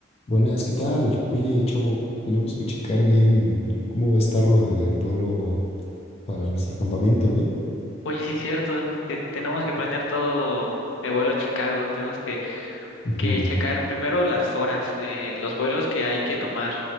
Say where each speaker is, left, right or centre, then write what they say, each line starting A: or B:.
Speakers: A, on the left; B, on the left.
A: Buenas, ¿qué tal? Oye, chavo, tenemos que checar bien cómo va a estar lo del vuelo para nuestro campamento, ¿eh?
B: Oye, sí es cierto, que tenemos que planear todo el vuelo a Chicago, tenemos que,
A: Ujú.
B: que checar primero las horas, eh, los vuelos que hay que tomar,